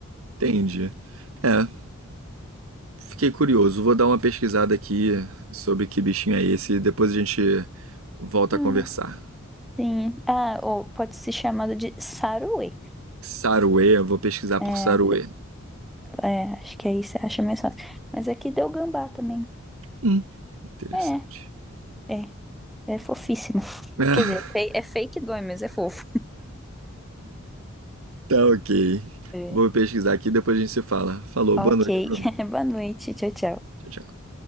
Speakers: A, on the right (about 75°); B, in the centre.
A: Entendi. É, fiquei curioso. Vou dar uma pesquisada aqui sobre que bichinho é esse e depois a gente volta
B: Hum,
A: a conversar.
B: sim. Ah, ou pode ser chamado de saruê.
A: Saruê, eu vou pesquisar
B: É,
A: por Saruê.
B: É, acho que aí você acha mais fácil. Mas aqui deu gambá também.
A: Hum. Interessante.
B: É, é. É fofíssimo.
A: <laughs>
B: Quer dizer, é, fe- é fake dói, mas é fofo.
A: Tá ok.
B: É,
A: Vou pesquisar aqui e depois a gente se fala. Falou,
B: ok.
A: boa noite, Bruno.
B: <laughs> Boa noite. Tchau, tchau.
A: Tchau, tchau.